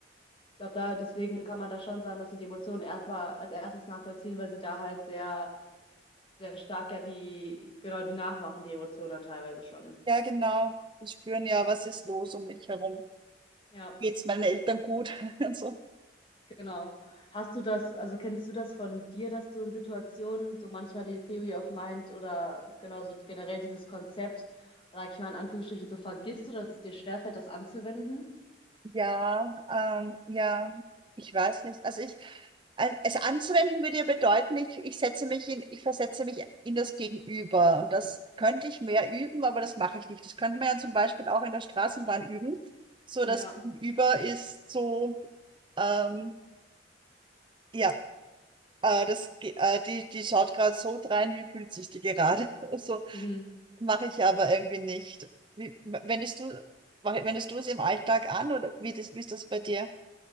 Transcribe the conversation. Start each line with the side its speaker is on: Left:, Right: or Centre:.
Left: Ich glaube, da deswegen kann man da schon sagen, dass sie die Emotionen erstmal als erstes nachvollziehen, weil sie da halt sehr, sehr stark ja die, genau, die nachmachen, die Emotionen dann teilweise schon.
Right: Ja, genau. Die spüren ja, was ist los um mich herum.
Left: Ja,
Right: Geht's meinen Eltern gut? <laughs> Und so.
Left: genau. Hast du das, also kennst du das von dir, dass du in Situationen so manchmal die Theory of Mind oder genau so generell dieses Konzept, sag ich mal in Anführungsstrichen, so vergisst oder dass es dir schwerfällt, das anzuwenden?
Right: Ja, ähm, ja, ich weiß nicht. Also ich, al- es anzuwenden würde ja bedeuten, ich, ich setze mich in, ich versetze mich in das Gegenüber. Und das könnte ich mehr üben, aber das mache ich nicht. Das könnte man ja zum Beispiel auch in der Straßenbahn üben. So,
Left: Ja.
Right: das Gegenüber ist so, ähm, ja, äh, das, Ge- äh, die, die schaut gerade so drein, wie fühlt sich die gerade? <laughs> So,
Left: Mhm.
Right: Mache ich aber irgendwie nicht. Wie, wendest du, mach- wendest du es im Alltag an oder wie, das, wie ist das bei dir?